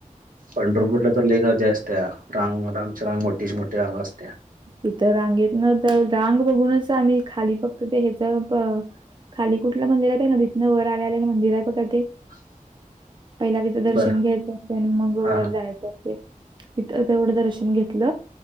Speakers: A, on the right (about 80°); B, on the right (about 35°).
A: पंढरपूरला तर लय गर्दी असतीया. रांग रांगची रांग मोठीच्या मोठी रांग असतीया.
B: इथं रांगेत न तर रांग बघूनच आम्ही खाली फक्त ते ह्याच खाली कुठलं मंदिर आहे? नदितन वर आल्याल मंदिर आहे बघ ते?
A: <inaudible>
B: पहिला तिथं दर्शन
A: बर
B: घ्यायचं असतय आणि मग
A: हा
B: वर
A: हा
B: जायचं असतय. तिथं तेवढं दर्शन घेतल.